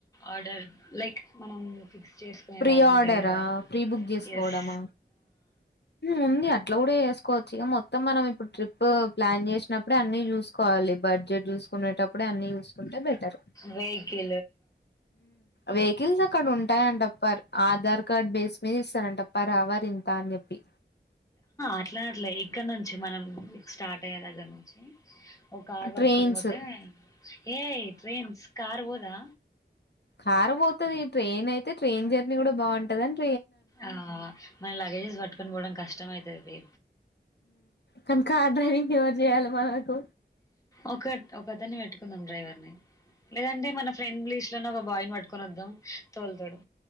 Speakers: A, on the left; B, on the left.
A: ఆర్డర్ లైక్ మనం ఫిక్స్ చేసుకునేలాగా
B: ప్రీ
A: ఉంటాయి
B: ఆర్డరా
A: కదా
B: ప్రీ బుక్ చేసుకోవడమా
A: ఎస్
B: ఉంది అట్లా కూడా వేసుకోవచ్చు ఇక మొత్తం మనం ఇప్పుడు ట్రిప్ ప్లాన్ చేసినప్పుడే అన్ని చూసుకోవాలి బడ్జెట్ చూసుకునేటప్పుడే అన్ని చూసుకుంటే బెటర్
A: వెేగి
B: వెహకిల్ జ అక్కడ ఉంటాయంటప్ప ఆధార్ కార్డ్ బేస్ మీద ఇస్తారంటప్ప రావర్ ఇంత అని చెప్పి
A: అట్లా అట్లే ఇక్కడ నుంచి మనం స్టార్ట్ అయ్య దగ్గర నుంచి ఓ కార్ పట్టుకని
B: ట్రైన్స్
A: పోతే ఏ ట్రైన్స్ కార్ పోదా
B: కారం పోతుంది ట్రైన్ అయితే ట్రైన్ జర్నీ కూడా బాగుంటదండి
A: ఆ మన లగేజెస్ పట్టుకని పోవడం కష్టమ అవుతుది బీ
B: కనుక డ్రైవింగ్ ఎవరు చేయాలి మనకు
A: ఒక ఒక్కదన్నన్ని వెట్టుకుందం ్రైవర్ని లేదంటే మన ఫ్రెండ్ బంగ్లీష్ లోనే ఒక బాయ్ని పట్టుకొని వద్దాం తోలు తోడు